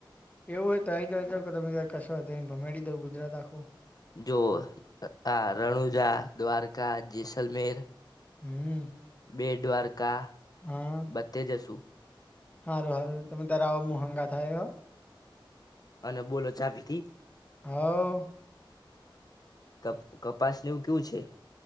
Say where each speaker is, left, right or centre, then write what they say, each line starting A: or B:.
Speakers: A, on the left (about 20°); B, on the left (about 45°).
A: એવું હોય તો આઈ જ તમે ત કશો ભમેડી દઉ ગુજરાત આખો.
B: જો આ રણુજા, દ્વારકા, જેૈસલમેર.
A: હમ
B: બેટ દ્વારકા.
A: હા
B: બધે જશું.
A: સારું સારું તમે તાર આ મોહંગા આયો.
B: અને બોલો ચા પીધી?
A: હોવ.
B: ક કપાસને એવું કેવું છે?